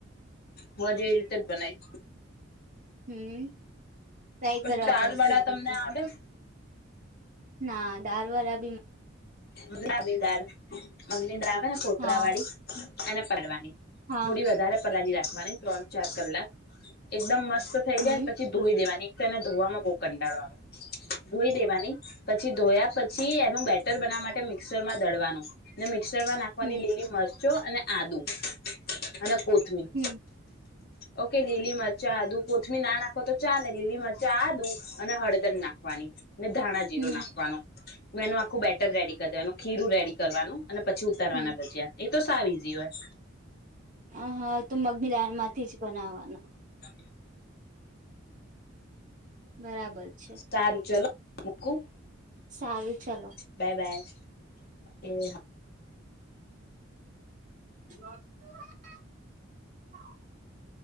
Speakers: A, on the left (about 55°); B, on the right (about 40°).
A: મજ એવી રીતે જ બનાય
B: હમ્મ ટ્રાય
A: પછી
B: કરવા
A: દાલ
B: પડશે
A: વડા
B: એ રીતે
A: તમને આવડે
B: ના ડાર વરા
A: બદલા આવી દાર અમને હેને આવે ને કોતરા
B: હા
A: વાળી અને પાડવાની
B: હા
A: થોડી વધારે પલાળી રાખવાની ત્રણ ચાર કલાક એકદમ મસ્ત થઈ
B: હમ
A: જાય પછી ધોઈ દેવાની એક તો એને ધોવામાં બહુ કંટાળો આવે ધોઈ દેવાની પછી ધોયા પછી બેટર બનાવા માટે મિક્સર માં દડવાનું મિક્સર માં નાખવાની
B: હમ
A: લીલી મ ચો અને આદુ અને કોથમીર
B: હમ
A: ઓકે લીલી મરચા આદું કોથમી નાખો તો ચાલેને લીલી મરચા આદું અને હળદર નાખવાની ને ધાણા જીરો
B: હમ
A: નાખવાનો એનું આખું બેટર રેડી કરી દેવાનું ખીરું રેડી કરવાનું અને પછી ઉતારવાના
B: હમ
A: ભજ્યા એ તો સાવ ઈઝી હોય
B: હ હા તું મગની દાનમાંથી જ બનાવવાનું
A: <unintelligible>
B: બરાબર છે
A: સારું ચલો મૂકું
B: સારું ચલો
A: બાય બાય એ હા
B: હ